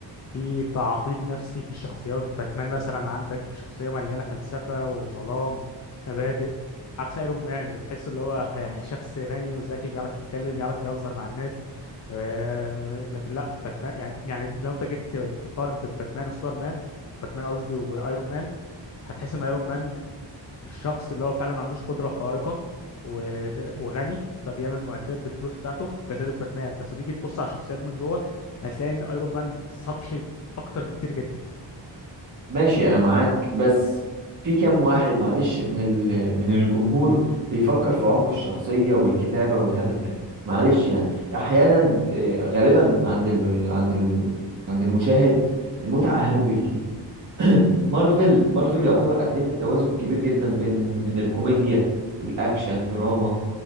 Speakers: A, on the left; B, on the right.
A: في تعقيد نفسي في الشخصيات باتمان مثلا عندك شخصية مليانة فلسفة وظلام مبادئ عكس ايرون مان اللي تحس اللي هو <laughs> شخص غني وذكي بيعرف يتكلم يعرف يهزر مع الناس آه، لكن لا باتمان يعني يعني لو انت جيت تقارن بين باتمان وسوبرمان باتمان قصدي وايرون مان هتحس ان ايرون مان الشخص اللي هو فعلا ما عندوش قدره خارقه و- وغني فبيعمل معدات بالفلوس بتاعته وكذلك باتمان بس تيجي تبص على الشخصيات دي من جوه هتلاقي ان ايرون مان سطحي اكتر بكتير جدا
B: ماشي انا معاك بس في كام واحد معلش من ال... من الجمهور بيفكر في عمق الشخصية والكتابة والهبل ده معلش يعني احيانا آه، غالبا عند ال... عند ال... عند المشاهد المتعة اهم بكتير <clears throat> مارفل مارفل يعتبر قدمت توازن كبير جدا بين ال... بين الكوميديا والاكشن دراما